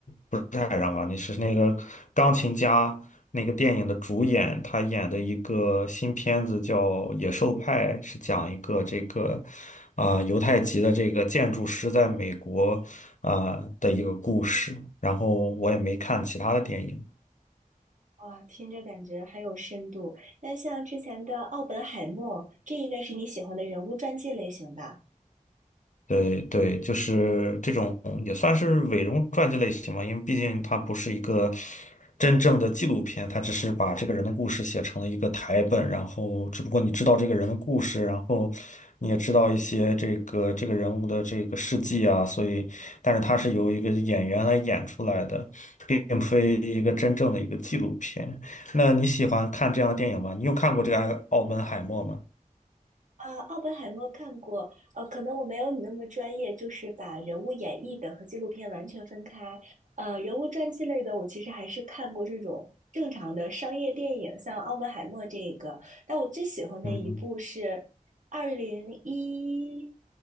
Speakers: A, on the left; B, on the right.
A: 不是海上钢你是那个钢琴家那个电影的主演，他演的一个新片子叫《野兽派》，是讲一个这个啊、犹太籍的这个建筑师在美国啊、的一个故事。然后我也没看其他的电影。
B: 哇，听着感觉很有深度。那像之前的《奥本海默》，这应该是你喜欢的人物传记类型吧？
A: 对对，就是这种也算是伪容传记类型嘛，因为毕竟它不是一个真正的纪录片，它只是把这个人的故事写成了一个台本，然后只不过你知道这个人的故事，然后你也知道一些这个这个人物的这个事迹啊，所以，但是它是由一个演员来演出来的，并非一个真正的一个纪录片。那你喜欢看这样的电影吗？你有看过这个《奥本海默》吗？
B: 啊，奥本海默看过，呃，可能我没有你那么专业，就是把人物演绎的和纪录片完全分开。呃，人物传记类的，我其实还是看过这种正常的商业电影，像奥本海默这个。但我最喜欢的一部是二零一，
A: 嗯哼，